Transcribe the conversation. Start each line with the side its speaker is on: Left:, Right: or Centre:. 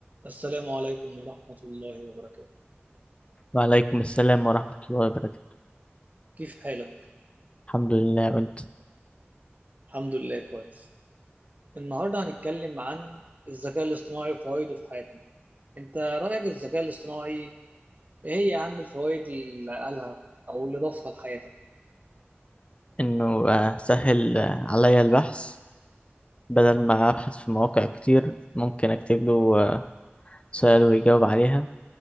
Right: السلام عليكم ورحمة الله وبركاته
Left: وعليكم السلام ورحمة الله وبركاته
Right: كيف حالك؟
Left: الحمد لله وانت
Right: الحمد لله كويس النهاردة هنتكلم عن الذكاء الاصطناعي وفوائده في حياتنا انت رأيك الذكاء الاصطناعي ايه هي اهم الفوائد اللي قالها او اللي ضافها لحياتك؟
Left: انه آه، سهل آه، عليا البحث بدل
Right: مم.
Left: ما ابحث في مواقع كتير ممكن اكتب له آه، سؤال ويجاوب عليها